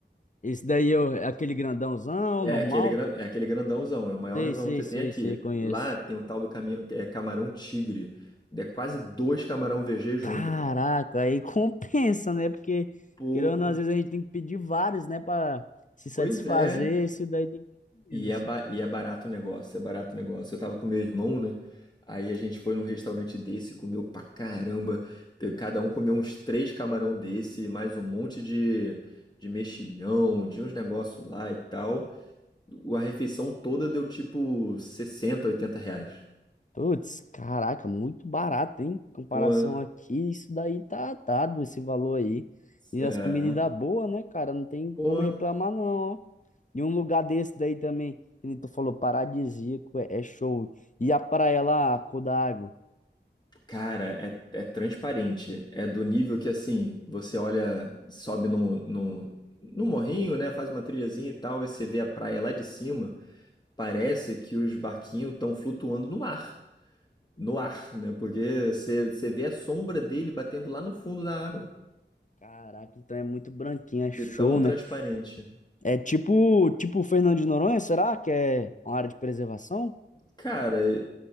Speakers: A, on the left; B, on the left.
A: esse daí é o- é aquele grandãozão,
B: É
A: normal?
B: aquele, gran- é aquele grandãozão, é o maiorzão
A: Sei, sei,
B: que
A: sei,
B: tem aqui.
A: sei, conheço.
B: Lá tem o tal do caminho, é camarão tigre. É quase dois camarão VG junto,
A: Caraca,
B: cara.
A: aí <laughs> compensa, né? Porque,
B: Pô,
A: querendo ou não, às vezes a gente tem que pedir vários, né? Pra se satisfazer,
B: pois é.
A: esse daí tem que pedir
B: E
A: menos.
B: é, ba- e é barato o negócio, é barato o negócio. Eu tava com meu irmão, né? Aí a gente foi num restaurante desse, comeu pra caramba. Pe- Cada um comeu uns três camarão desse, mais um monte de, de mexilhão, de uns negócios lá e tal. O- A refeição toda deu tipo 60 80 reais.
A: Putz, caraca, muito barato, hein? Em Comparação
B: Pô,
A: aqui, isso daí tá tá dado, esse valor aí. E
B: é.
A: as comidas ainda boas, né, cara? Não tem
B: Pô,
A: como reclamar, não, ó. E um lugar desse daí também, que nem tu falou, paradisíaco, é, é show. E a praia lá, a cor da água.
B: cara, é, é transparente. É do nível que, assim, você olha, sobe no, no, no morrinho, né? Faz uma trilhazinha e tal, e você vê a praia lá de cima. Parece que os barquinhos estão flutuando no ar. No ar, né? Porque você você vê a sombra dele batendo lá no fundo da água.
A: Caraca, então é muito branquinho, é
B: De
A: show,
B: tão transparente.
A: né? É tipo, tipo Fernando de Noronha, será que é uma área de preservação?
B: Cara,